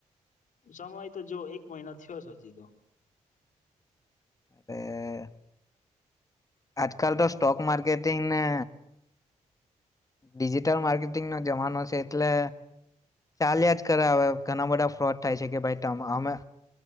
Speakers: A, on the left; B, on the left.
A: સમય તો જો એક મહિના થયો હજી તો
B: તે આજકાલ તો સ્ટોક માર્કેટિંગ ને ડિજિટલ માર્કેટિંગ નો જમાનો છે એટલે ચાલ્યા જ કરે હ ઘણા બધા ફ્રોડ થાય છે કે ભાઈ અમે